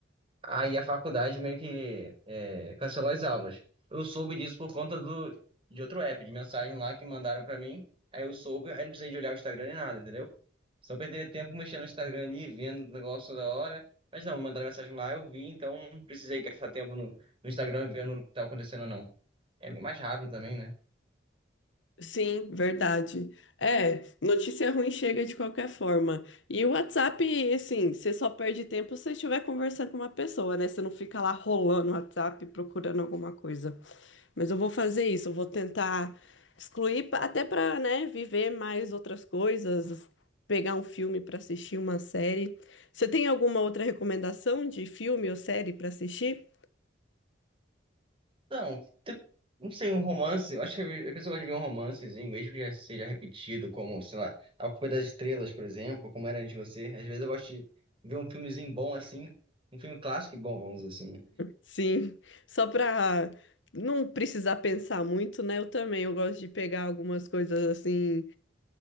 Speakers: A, on the right (about 30°); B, on the left (about 85°).
A: Aí a faculdade meio que é, cancelou as aulas. Eu soube disso por conta do, de outro app, de mensagem lá que mandaram pra mim. Aí eu soube, aí não precisei de olhar o Instagram nem nada, entendeu? Só perderia tempo mexendo no Instagram ali, vendo o negócio toda hora. Mas não, me mandaram mensagem lá, eu vi, então não precisei gastar tempo no, no Instagram vendo o que tá acontecendo ou não. É mais rápido também, né?
B: Sim, verdade. É, notícia ruim chega de qualquer forma. E o WhatsApp, assim, você só perde tempo se você estiver conversando com uma pessoa, né? Você não fica lá rolando o WhatsApp procurando alguma coisa. Mas eu vou fazer isso, eu vou tentar excluir, pa- até para, né, viver mais outras coisas, pegar um filme para assistir, uma série. Você tem alguma outra recomendação de filme ou série para assistir?
A: Não, te- não sei, um romance. Eu acho que a pessoa gosta de ver um romancezinho, mesmo que já seja repetido, como, sei lá, A Culpa é das Estrelas, por exemplo, como era antes de você. Às vezes eu gosto de ver um filmezinho bom assim, um filme clássico e bom, vamos dizer assim. né?
B: Sim, só para não precisar pensar muito, né? Eu também, eu gosto de pegar algumas coisas assim,